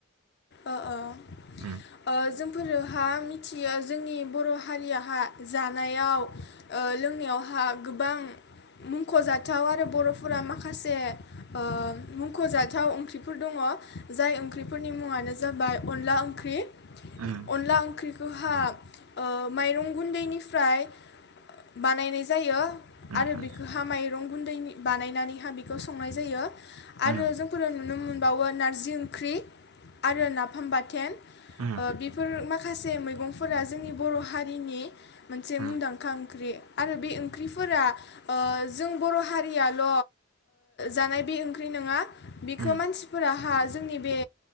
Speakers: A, on the left; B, on the right.
A: ओ ओ
B: उम
A: जोंफोरो हा मिथियो जोंनि बर हारियहा जानायाव ओ लोंनायावहा गोबां मुंखजाथाव आरो बरफोरा माखासे ओ मुंखजाथाव ओंख्रिफोर दङ जाय ओंख्रिफोरनि मुङानो जाबाय अनला ओंख्रि
B: उम
A: अनला ओंख्रि गोहा ओ माइरं गुन्दैनिफ्राय बानायनाय जायो
B: उम
A: आरो बेखौ हा माइरं गुन्दै बानायनानै हा बेखौ संनाय जायो आरो
B: उम
A: जोंफोरो नुनो मोन बावो नारजि ओंख्रि आरो नाफाम बाथोन
B: उम
A: ओ बेफोर माखासे मैग मैगंफोरा जोंनि बर हारिनि मोनसे
B: उम
A: मुंदांखा ओंख्रि आरो बे ओंख्रिफोरा ओ जों बर हारियाल जानाय बे ओंख्रि नंङा
B: उम
A: बेखौ
B: उम
A: मानसिफोरा हा जोंनि बे